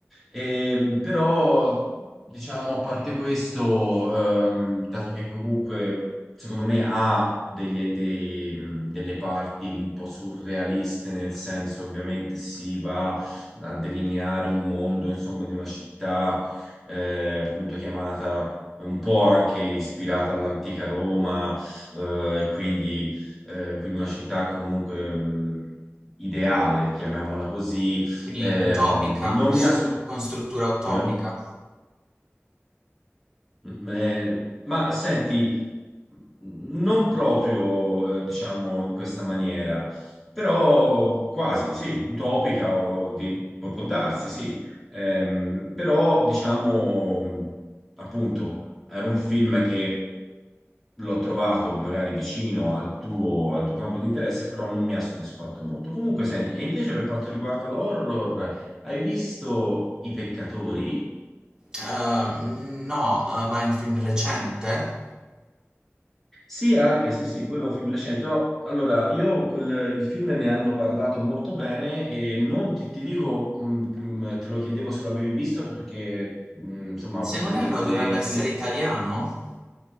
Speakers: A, in the centre; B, on the right.
A: Ehm, però, diciamo, a parte questo, ehm, dato che comunque secondo me ha degli- dei- delle parti un po' surrealiste, nel senso ovviamente si va a delineare un mondo, insomma, di una città eh, appunto chiamata un po' anche ispirata all'antica Roma, eh, e quindi, eh, quindi una città comunque mh, ideale, chiamiamola così
B: Quindi
A: Ehm,
B: utopica?
A: non
B: S-
A: mi ha... so-
B: Con struttura utopica?
A: Come? Mm, eh, ma senti, non proprio, eh, diciamo, in questa maniera, però quasi, sì, utopica o di- può, può darsi, sì. Ehm, però, diciamo, mh, appunto, era un film che l'ho trovato magari vicino al tuo, al tuo campo di interesse, però non mi ha soddisfatto molto. Comunque, senti, e invece per quanto riguarda l'horror, hai visto I Peccatori?
B: Ehm, no, eh, ma è un film recente?
A: Sì, anche, sì, sì, quello è un film recente. No, allora, io quel, il film ne hanno parlato molto bene e non ti, ti dico, mh, mh, te lo chiedevo se l'avevi visto perché, mh, insomma,
B: Se
A: ha avuto
B: non
A: delle
B: erro dovrebbe essere
A: critiche.
B: italiano?